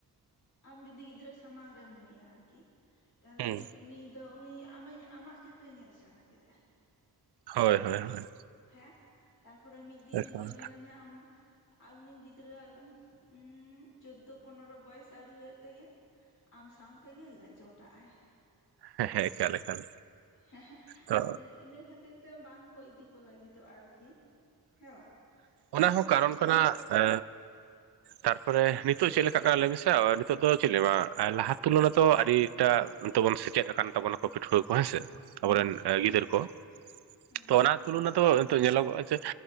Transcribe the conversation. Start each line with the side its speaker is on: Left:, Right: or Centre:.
Left: ᱟᱢ ᱡᱩᱫᱤ ᱜᱤᱫᱽᱨᱟᱹ ᱥᱟᱢᱟᱝ ᱨᱮᱢ ᱧᱩᱭᱟ ᱟᱨᱠᱤ ᱛᱟᱦᱚᱞᱮ
Right: ᱦᱩᱸ
Left: ᱩᱱᱤ ᱩᱱᱤ ᱫᱚ ᱩᱱᱤ ᱟᱢᱮ ᱧᱮ ᱟᱢᱟᱜ ᱜᱮᱛᱚᱭ ᱧᱮᱞ ᱥᱮᱬᱟ ᱠᱮᱫᱟ᱾
Right: ᱦᱳᱭ ᱦᱳᱭ ᱦᱳᱭ
Left: ᱦᱮᱸ ᱛᱟᱨᱯᱚᱨᱮ ᱢᱤᱫ ᱫᱤᱱ
Right: ᱮᱠᱟᱞ
Left: ᱦᱤᱞᱳᱜ ᱧᱮᱞᱮ ᱢᱮ ᱟᱢ ᱟᱨ ᱩᱱᱤ ᱜᱤᱫᱽᱨᱟᱹᱣᱟᱜ ᱩᱸᱻᱪᱳᱫᱫᱳ ᱯᱚᱱᱮᱨᱚ ᱵᱚᱭᱚᱥ ᱟᱹᱣᱨᱤ ᱦᱳᱭᱳᱜ ᱛᱮᱜᱮ ᱟᱢ ᱥᱟᱶᱛᱮ ᱜᱮ ᱡᱚᱴᱟᱜ ᱟᱭ ᱾
Right: ᱦᱮᱸ ᱦᱮᱸ ᱮᱠᱟᱞ ᱮᱠᱟᱞ
Left: ᱦᱮᱸ ᱦᱮᱸ
Right: ᱛᱚ
Left: ᱤᱱᱟᱹ ᱤᱱᱟᱹ ᱠᱷᱟᱹᱛᱤᱨ ᱛᱮ ᱵᱟᱝ ᱠᱚ ᱤᱫᱤ ᱠᱚ ᱞᱟᱹᱜᱤᱫᱚᱜ-ᱟ ᱟᱨᱠᱤ ᱦᱮᱸ ᱵᱟᱝ
Right: ᱚᱱᱟ
Left: ᱛᱟᱣ
Right: ᱦᱚᱸ ᱠᱟᱨᱚᱱ
Left: ᱡᱩᱫᱤ
Right: ᱠᱟᱱᱟ
Left: ᱟᱫᱚ
Right: ᱮ ᱛᱟᱨᱯᱚᱨᱮ ᱱᱤᱛᱚᱜ ᱪᱮᱫ ᱞᱮᱠᱟ ᱠᱟᱱᱟᱞᱮ ᱞᱟᱹᱭ ᱢᱮᱥᱮ ᱱᱤᱛᱚᱜ ᱫᱚ ᱪᱮᱫ ᱞᱟᱹᱭᱟ, ᱞᱟᱦᱟ ᱛᱩᱞᱚᱱᱟ ᱛᱚ ᱟᱹᱰᱤ ᱡᱮᱴᱟ ᱱᱤᱛᱚᱜ ᱵᱚᱱ ᱥᱮᱪᱮᱫ ᱟᱠᱟᱱ ᱛᱟᱵᱚᱱᱟᱠᱚ ᱯᱟᱹᱴᱷᱩᱣᱟᱹ ᱠᱚ ᱦᱮᱸᱥᱮ
Left: ᱦᱮᱸ
Right: ᱟᱵᱚ ᱨᱮᱱ ᱜᱤᱫᱟᱹᱨ ᱠᱚ ᱾
Left: ᱦᱮᱸ ᱾
Right: ᱚᱱᱟ ᱛᱩᱞᱚᱱᱟ ᱫᱚ ᱱᱤᱛᱚᱜ ᱧᱮᱞᱚᱜᱚᱜ-ᱟ ᱥᱮ